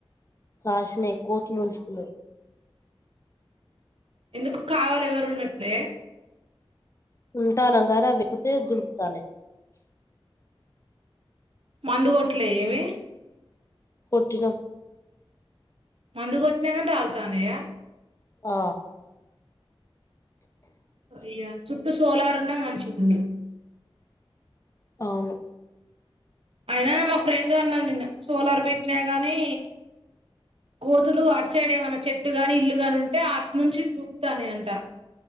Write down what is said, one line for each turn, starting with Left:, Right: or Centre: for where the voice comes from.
Left: కాశనై కోతులు ఉంచుత లేవు
Right: ఎందుకు కావాలి ఎవరు ఉండాలే
Left: ఉంటానంగానీ వెక్కుతే దునుకుతనై
Right: మందుగట్లే ఏవి
Left: కొట్టిన
Right: మందు కొట్టినాకని రాల్ తానయ్య
Left: ఆ
Right: రియా చుప్ డు సోలారున్నా మంచిగన్డు
Left: అవును
Right: అయినానే మా ఫ్రెండ్ అన్నాదినిన్న సోలార్ పెట్టినా గాని కోతులు అట్డేమన్నా చెట్టు గాని ఇల్లు ని ఉంటే అటునుంచి చూపుతానే అంట